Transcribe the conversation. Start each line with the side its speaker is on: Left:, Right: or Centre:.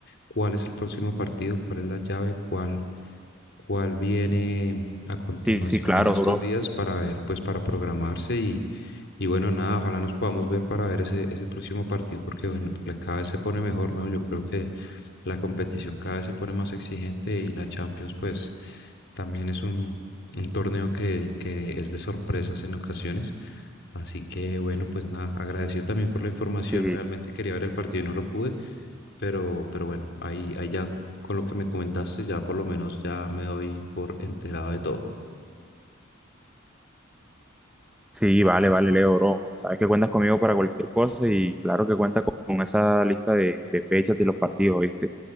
Left: cuál es el próximo partido, cuál es la llave, cuál, cuál viene a continuación
Centre: Sí, sí, claro,
Left: en estos
Centre: bro.
Left: días para ver, pues para programarse y y bueno, nada, ojalá nos podamos ver para ver ese, ese próximo partido, porque bueno, la- cada vez se pone mejor, ¿no? Yo creo que la competición cada vez se pone más exigente y la Champions, pues, también es un, un torneo que, que es de sorpresas en ocasiones. Así que bueno, pues nada, agradecido también por la información.
Centre: Sí,
Left: Realmente quería ver el partido y no lo pude, pero, pero bueno, ahí, ahí ya con lo que me comentaste, ya por lo menos ya me doy por enterado de todo.
Centre: Sí, vale, vale, Leo, bro. Sabes que cuentas conmigo para cualquier cosa y claro que cuentas con, con esa lista de, de fechas de los partidos, ¿viste?